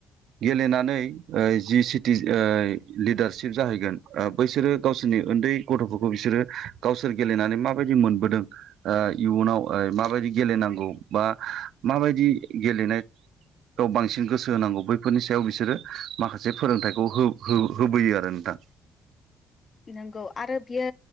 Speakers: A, on the right (about 75°); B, on the left (about 30°).
A: गेलेनानै ओ जि सिटि ओ लिडारशप जाहैगोन। ओ बैसोरो गावसोरनि उन्दै गथ'फोरखौ बिसोरो गावसोर गेलेनानै माबायदि मोनबोदों ओ इयुनाव माबायदि गेलेनांगौ बा माबायदि गेलेनाय बेयाव बांसिन गोसो होनांगौ बैफोरनि सायाव बिसोरो माखासे फोरोंथाइखौ हो-हो-होबोयो आरो नोंथां।
B: नंगौ आरो बियो